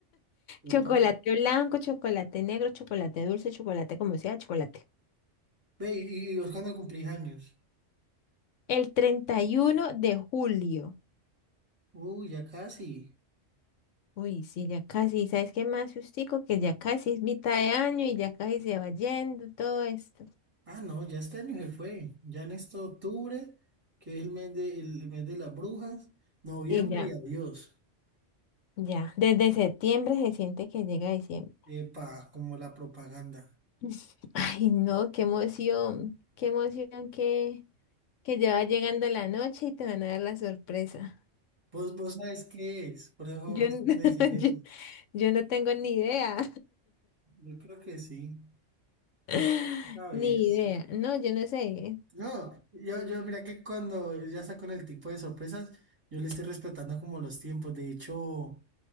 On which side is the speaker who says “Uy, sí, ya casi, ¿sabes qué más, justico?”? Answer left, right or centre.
Left